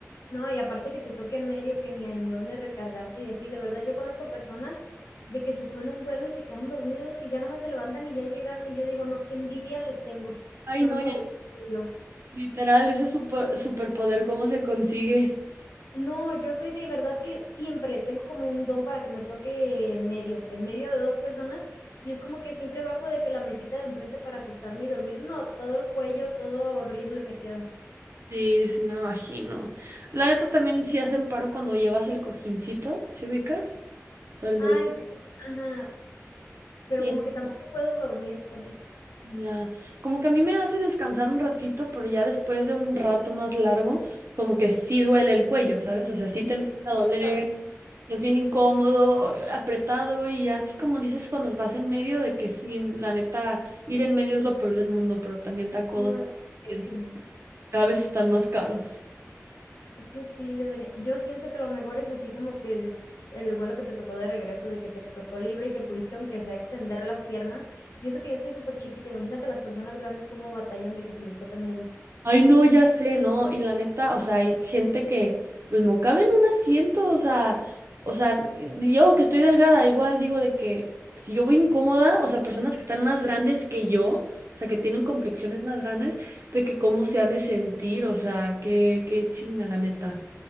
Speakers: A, on the left; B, on the right.
A: No, y aparte que te toque en medio, que ni en dónde recargarte y así, de verdad yo conozco personas de que se suben a un vuelo y se quedan dormidos y ya nomás se levantan y ya llegaron y yo digo, no, qué envidia les tengo,
B: Ay,
A: son
B: no,
A: los
B: ya.
A: favoritos de Dios.
B: Literal, ese super, superpoder, ¿cómo se consigue?
A: No, yo soy de verdad que siempre tengo como un don para que me toque en medio, en medio de 2 personas, y es como que siempre bajo de que la mesita de enfrente para acostarme y dormir, no, todo el cuello, todo horrible me queda.
B: Sí, sí, me imagino. La neta también sí hacen paro cuando llevas el cojincito, ¿sí ubicas? Lo del
A: Ay,
B: velcro.
A: sí, ajá, pero
B: Y
A: como que tampoco puedo dormir con eso.
B: ya. Como que a mí me hace descansar un ratito, pero ya después de un rato más largo, como que sí duele el cuello, ¿sabes? O sea, sí
A: Como
B: te empieza
A: que
B: a doler.
A: esas
B: Es bien incómodo, apretado y así como dices cuando vas en medio de que sí, la neta, ir en medio es lo peor del mundo, pero también da codo.
A: No,
B: pa-
A: es pésimo.
B: siento. Cada vez están más caros.
A: Es que sí debería yo siento que lo mejor es así como que de el vuelo que te tocó de regreso, de que te tocó libre y que pudiste, aunque sea, extender las piernas. Y eso que yo estoy súper chiquita. imagínate las personas grandes cómo batallan de que si les toca en medio.
B: Ay, no, ya sé, ¿no? Y la neta, o sea, hay gente que pues no cabe en un asiento, o sea, o sea, y- yo que estoy delgada, igual digo de que si yo voy incómoda, o sea, personas que están más grandes que yo, o sea, que tienen complexiones más grandes, de que cómo se han de sentir, o sea, qué, qué chinga, la neta.